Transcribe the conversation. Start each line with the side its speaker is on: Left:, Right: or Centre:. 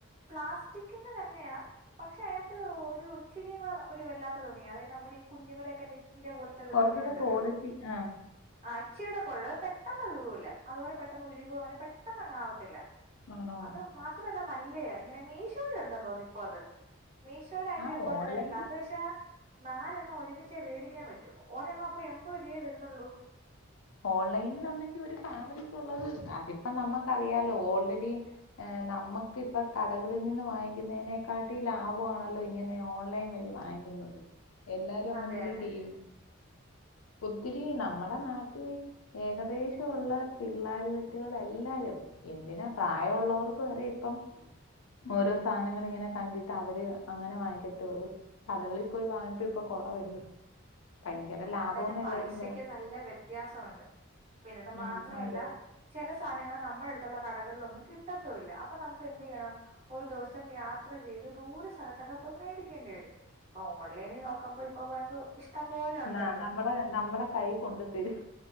Right: പ്ലാസ്റ്റിക്കിന്റെ തന്നെയാ പക്ഷെ അയ്നത്ത് ഒരു ഇചിരിയും കൂടെ ഒരു വല്ലാത്ത തുണിയാ അതായത് നമ്മടെ ഈ കുഞ്ഞുങ്ങടെ ഒക്കെ ന ന്റെ പോൽത്തൊക്കെ
Left: കുറച്ചുകൂടെ
Right: തുണിയുണ്ടല്ലോ
Left: ക്വാളിറ്റി ആ
Right: ആ അച്ചിയുടെ കൊൾ പെട്ടെന്ന് കീറൂല്ല അതുപോലെ പെട്ടെന്ന് ഉരുകോ അങ്ങനെ പെട്ടെന്ന് അങ്ങാവത്തില്ല.
Left: ആണോ
Right: അത് മാത്രല്ല നല്ലയാ ഇങ്ങനെ മീശോയിലുണ്ടന്ന്തോന്നി ഇപ്പ അത് മീശോ <unintelligible>
Left: ആ ഓൺലൈൻ
Right: നാല്ലണ്ണം ഒര്മിച്ചേ വേടിക്കാൻ പറ്റൂ. ഒരെണ്ണം അപ്പൊ എൺപത് രൂ വയെ വരുന്നൊള്ളൂ.
Left: ഓൺലൈൻ ഒന്നെങ്കി ഒരു ഫാമിലികുള്ളത് അതിപ്പ നമ്മക്കറിയാലോ ഓൾറെഡി ഏ നമ്മകിപ്പം കടകളിൽ നിന്ന് വാങ്ങിക്കുന്നതിനേക്കാട്ടി ലാഭമാണല്ലോ ഇങ്ങനെ ഓൺലൈൻ വഴി വാങ്ങി ക്ക്ന്നത് എല്ലാരും അങ്ങനല്ലേ
Right: അതെ അതെ
Left: ചെയ്യ്ന്നേ ഒത്തിരി നമ്മടെ നാട്ടി ഈ ഏകദേശം ഉള്ള പിള്ളാര് ബിറ്റുകൾ എല്ലാരും എന്തിനാ പ്രായം ഉള്ളോർക്ക് വരെ ഇപ്പം ഓരോ സാനങ്ങള് ഇങ്ങനെ കണ്ടിട്ട് അവര് അങ്ങനെ വാങ്ങിക്കത്തൊള്ളൂ. കടകളിൽ പോയി വാങ്ങിട്ട് ഇപ്പൊ കൊറവല്ലോ ഭയങ്കര
Right: ഒന്നാമത്
Left: ലാഭോന്ന്
Right: തന്നെ
Left: എല്ലാരും
Right: പൈസയ്ക്ക്
Left: പറയും.
Right: നല്ല വ്യത്യാസൊണ്ട് പിന്നത് മാത്രല്ല
Left: ഉം ഉണ്ട്
Right: ചെല സാനങ്ങള് നമ്മൾട്ത്തുള്ള കടകൾളൊന്നും കിട്ടത്തൂല്ല അപ്പൊ നമുക്ക് എന്തെയ്യണം? ഒരു ദിവസം യാത്ര ചെയ്ത് ദൂരെ സ്ഥലത്തൊക്കെ പോയി മേടിക്കേണ്ടി വരും. ഓൺലൈനിൽ നോക്കുമ്പ ഇപ്പോ <unintelligible> ഇഷ്ടം പോലെ ഉണ്ടല്ലോ
Left: ന്ന നമ്മടെ നമ്മുടെ കൈ കൊണ്ട് തരും.